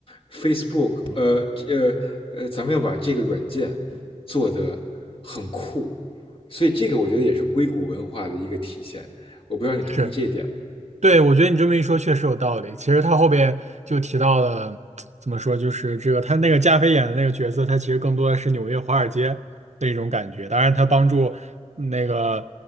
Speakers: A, on the left; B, on the right.
A: Facebook，呃呃呃，咱们要把这个软件做得很酷。”所以这个我觉得也是硅谷文化的一个体现。我不知道你同意这一点吗？
B: 是。对，我觉得你这么一说确实有道理。其实他后边就提到了，怎么说，就是这个他那个加菲演的那个角色，他其实更多的是纽约华尔街的一种感觉。当然，他帮助那个